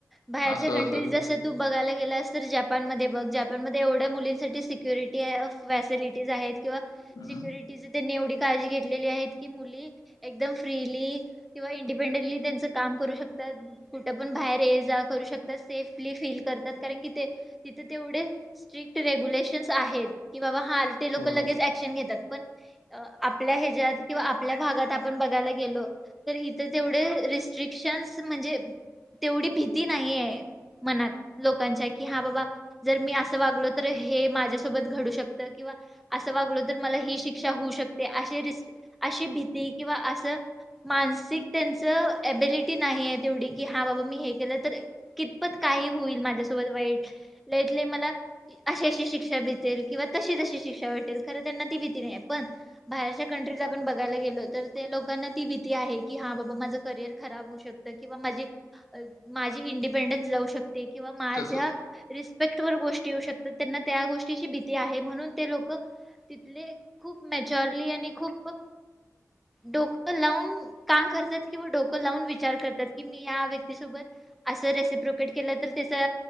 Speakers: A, in the centre; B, on the left.
A: बाहेरच्या
B: असं
A: कंट्रीज
B: असायला
A: जस
B: पाहिजे
A: तू बघायला गेलास तर जपान जपानमध्ये बघ जपानमध्ये एवढ्या मुलींसाठी सिक्युरिटी फॅसिलिटीज आहेत किंवा
B: हम्म
A: सिक्युरिटीचे त्यांनी एवढे काळजी घेतलेली आहेत की मुली एकदम फ्रीली किंवा इंडिपेंडेंटली त्यांचं काम करू शकतात तर कुठे पण बाहेर करू शकतात सेफली फील करतात कारण की ते तिथ तेवढे स्ट्रिक्ट रेग्युलेशन्स आहेत कि बाबा हा ते लोक
B: हो
A: लगेच ऍक्शन घेतात पण आपल्या ह्याच्यात किंवा आपल्या भागात आपण बघायला गेलो तर इथे तेवढे रिस्क रिक्शन्स म्हणजे तेवढी भीती नाहीये मनात लोकांच्या की हा बाबा जर मी असं वागलो तर हे माझ्यासोबत घडू शकतं किंवा असं वागलो तर मला ही शिक्षा होऊ शकते असे र अशी भीती किंवा असं मानसिक त्यांचं एबिलिटी नाहीये तेवढी की हा बाबा मी हे केलं तर कितपत काही होईल माझ्यासोबत वाईट लईत लई मला- अशी अशी शिक्षा भेटेल किंवा तशी तशी शिक्षा भेटेल खरं त्यांना ती भीती नाही पण बाहेरच्या कंट्रीज आपण बघायला गेलो तर त्या लोकांना ती भीती आहे की हा बाबा माझं करियर खराब होऊ शकत. किंवा माझी माझी इंडिपेंडन्स जाऊ शकते किंवा माझ्या
B: तस
A: रिस्पेक्ट वर गोष्टी येऊ शकतात त्यांना त्या गोष्टीची भीती आहे म्हणून ते लोक तिथले खूप मेचॉरली आणि खूप डोकं लावून काम करतात किंवा डोकं लावून विचार करतात कि या व्यक्तीसोबत असं रेसिप प्रोपेट केलं तर त्याचा